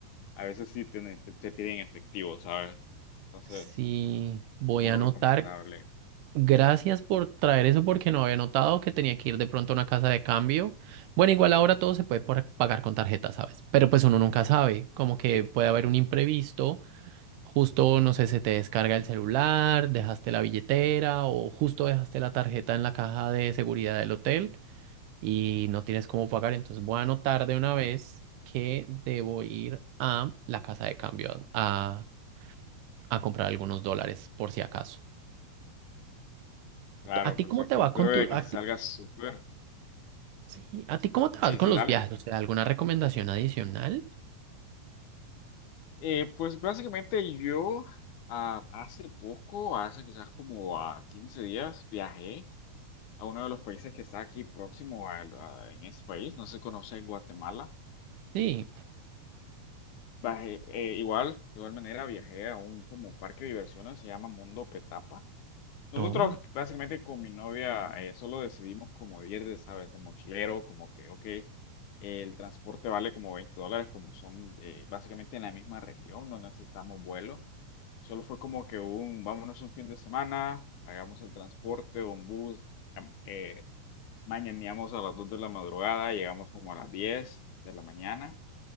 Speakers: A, on the left; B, on the right.
A: a veces sí te, te, te piden efectivo, ¿sabes? Entonces,
B: Sí, voy
A: muy
B: a anotar
A: Mm, recomendable.
B: Gracias por traer eso porque no había notado que tenía que ir de pronto a una casa de cambio. Bueno, igual ahora todo se puede por- pagar con tarjeta, ¿sabes? Pero pues uno nunca sabe, como que
A: Sí,
B: puede haber un imprevisto, justo, no sé, se te descarga el celular, dejaste la billetera o justo dejaste la tarjeta en la caja de seguridad del hotel y no tienes cómo pagar. Entonces voy a anotar de una vez que debo ir a la casa de cambio a, a a comprar algunos dólares por si acaso.
A: claro,
B: ¿A ti
A: perfecto.
B: cómo te va
A: Espero
B: con tu,
A: de que
B: a
A: te salga
B: ti
A: súper.
B: Sí. ¿A ti cómo te vas
A: Sí,
B: con
A: sí, dale.
B: los viajes? O sea, ¿alguna recomendación adicional?
A: Eh, pues básicamente yo ah, hace poco, hace quizás como a 15 días, viajé a uno de los países que está aquí próximo al- a- en ese país, no se conoce Guatemala.
B: Sí.
A: Bajé, eh, igual, de igual manera viajé a un como parque de diversiones, se llama Mundo Petapa. Nosotros
B: No.
A: básicamente con mi novia eh, solo decidimos como ir de, ¿sabes? A mochilero, como que, ok, el transporte vale como 20 dólares, como son eh, básicamente en la misma región, no necesitamos vuelo. Solo fue como que un, vámonos un fin de semana, hagamos el transporte, un bus, am- eh, mañaneamos a las 2 de la madrugada, llegamos como a las 10 de la mañana.